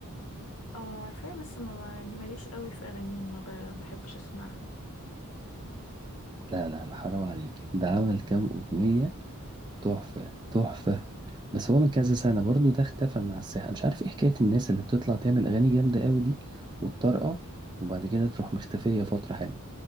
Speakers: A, on the left; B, on the right.
A: اه عارفاه بس ما يعني ماليش قوي في اغانيه ما ب- بحبش اسمعها
B: لا لا لا حرام عليك ده عمل كام اغنية تحفة تحفة بس هو من كذا سنة برضو ده اختفى من على الساحة مش عارف ايه حكاية الناس اللي بتطلع تعمل أغاني جامدة قوي دي وتطرقع وبعد كده تروح مختفية فترة حلوة